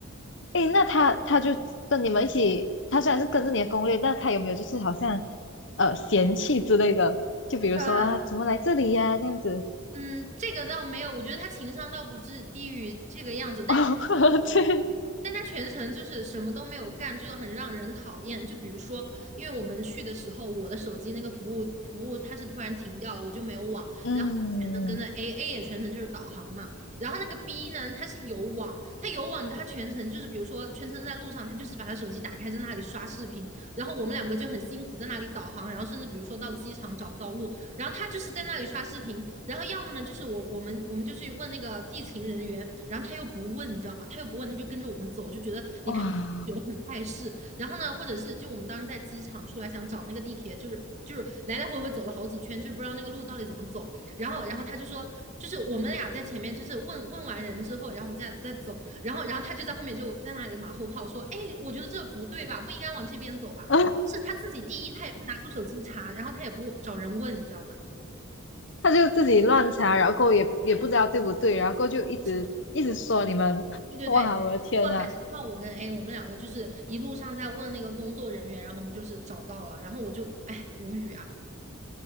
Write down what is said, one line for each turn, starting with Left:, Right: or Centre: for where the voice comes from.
Left: 诶，那他他就跟你们一起，他虽然是跟着你的攻略，那他有没有就是好像呃嫌弃之类的？就比如说啊，
Right: 对，
Left: 怎么来这里呀、这样子，
Right: 嗯，这个倒没有，我觉得他情商倒不至低于这个样子，
Left: 哦，
Right: 但是
Left: <laughs> 对，
Right: 但他全程就是什么都没有干，就很让人讨厌。就比如说，因为我们去的时候，我的手机那个服务服务它是突然停掉了，我就没有网，
Left: 嗯，
Right: 然后全程跟着 A，A 也全程就是导航嘛。然后那个 B 呢，它是有网，它有网，你知道它全程就是，比如说全程在路上，他就是把他手机打开在那里刷视频，然后我们两个就很辛苦在那里导航，然后甚至比如说到机场找不到路，然后他就是在那里刷视频，然后要么呢就是我我们我们就去问那个地勤人员，然后他又不问，你知道吗？他又不问，他就跟着我们走，就觉得你看觉得很碍事。
Left: 哇。
Right: 然后呢，或者是就我们当时在机场出来想找那个地铁，就是就是来来回回走了好几圈，就是不知道那个路到底怎么走。然后然后他就说，就是我们俩在前面就是问问完人之后，然后我们再再走，然后然后他就在后面就在那里马后炮说，哎，我觉得这不对吧，不应该往这边走吧。
Left: <laughs> 啊，
Right: 是他自己第一，他也不拿出手机查，然后他也不找人问，你知道吗？
Left: 他就自己乱查，然后也也不知道对不对，
Right: 对对对，
Left: 然后就一直一直说你们，
Right: 什么都不做，对
Left: <laughs>
Right: 对对对，
Left: 哇，我的天啊，
Right: 这还是靠我跟 A，我们两个就是一路上在问那个工作人员，然后我们就是找到了，然后我就哎无语啊，